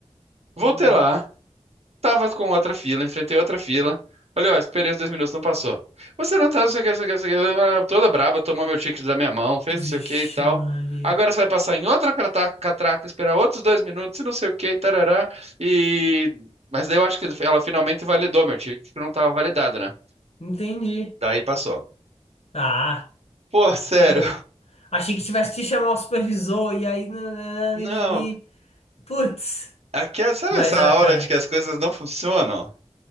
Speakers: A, on the right; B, on the left.
A: Voltei
B: Uhum.
A: lá, tava com outra fila, enfrentei outra fila. Olha, ó, esperei os dois minutos, não passou. Você não tá, não sei o que, não sei o que, não sei o que, toda braba, tomou meu ticket da minha mão, fez
B: Vixe,
A: não sei o que e tal.
B: Maria.
A: Agora você vai passar em outra cata- catraca, esperar outros dois minutos e não sei o que, tarará. E... Mas daí eu acho que ela finalmente validou meu ticket, que não tava validado, né?
B: Entendi.
A: Daí passou.
B: Ah,
A: Pô, sério,
B: que bom. Achei que tivesse que chamar o supervisor e aí. nananã,
A: não.
B: liriri. Putz.
A: Aqui, é- sabe
B: Mas,
A: essa
B: ah,
A: aura
B: cara.
A: de que as coisas não funcionam?